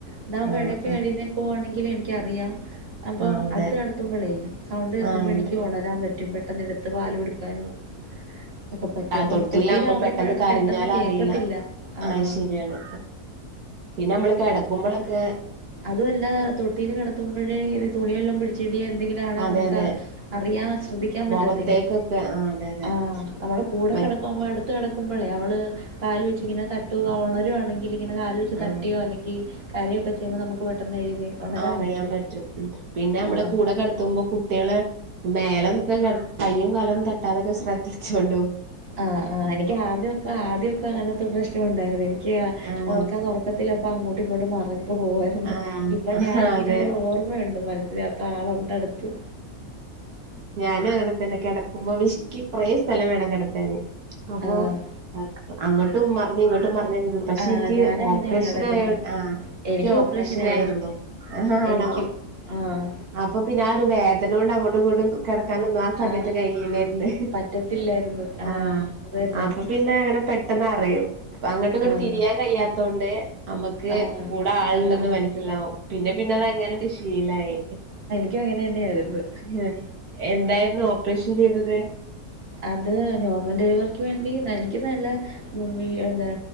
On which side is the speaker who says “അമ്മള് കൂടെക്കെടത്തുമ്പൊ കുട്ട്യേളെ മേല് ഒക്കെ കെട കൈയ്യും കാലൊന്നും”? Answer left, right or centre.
Right